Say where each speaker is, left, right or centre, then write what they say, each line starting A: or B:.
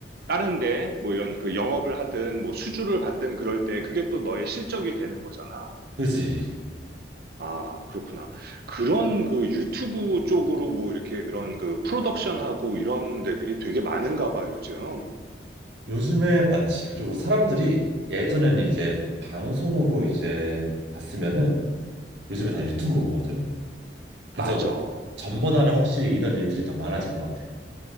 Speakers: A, on the right (about 60°); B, on the right (about 80°).
A: 다른 데 뭐 이런 그 영업을 하든 뭐 수주를 받든 그럴 때 그게 또 너의 실적이 되는 거잖아.
B: 그지.
A: 아, 그렇구나. 그런 그 유튜브 쪽으로 뭐 이렇게 그런 그 프로덕션하고 이런 데들이 되게 많은가 봐, 요즘.
B: 요즘에 많지. 그리고 사람들이 예전에는 이제 방송으로 이제 봤으면은 요즘에 다 유튜브로 보거든. 그래서
A: 맞아.
B: 전보다는 확실히 이런 일들이 더 많아진 것 같아.